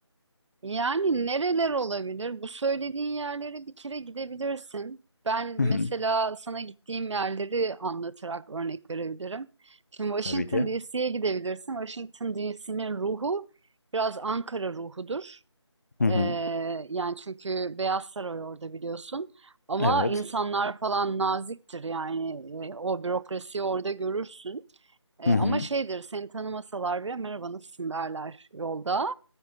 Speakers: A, on the right; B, on the left.
A: Yani nereler olabilir? Bu söylediğin yerlere bir kere gidebilirsin. Ben mesela
B: Hı hı.
A: sana gittiğim yerleri anlatarak örnek verebilirim. Şimdi Washington
B: Tabii ki.
A: DC'ye gidebilirsin. Washington DC'nin ruhu biraz Ankara ruhudur.
B: Hı hı.
A: Ee, yani çünkü Beyaz Saray orada biliyorsun. Ama
B: Evet.
A: insanlar falan naziktir yani Ee, o bürokrasiyi orada görürsün. Ee,
B: Hı hı.
A: ama şeydir seni tanımasalar bile merhaba nasılsın derler yolda.